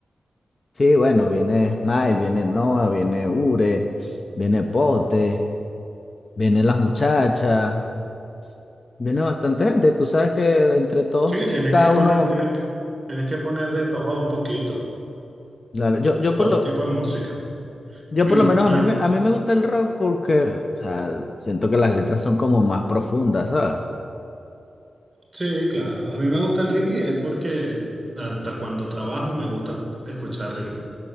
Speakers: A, on the left (about 35°); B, on the right (about 15°).
A: Sí, bueno, viene Smile, viene Noah, viene Ure, viene Pote, vienen las muchachas. Viene bastante gente, tú sabes que entre todos,
B: Sí, tienes
A: cada
B: que poner,
A: uno,
B: tienes, que- tienes que poner de todo un poquito,
A: claro, yo, yo
B: de todo
A: por lo,
B: tipo de música.
A: yo
B: <clears throat>
A: por lo menos
B: A
A: a mí me, a mí me gusta el rock porque, o sea, siento que las letras son como más profundas, ¿sabes?
B: Sí, claro. A mí me gusta el reggae, es porque hasta cuando trabajo me gusta escuchar reggae.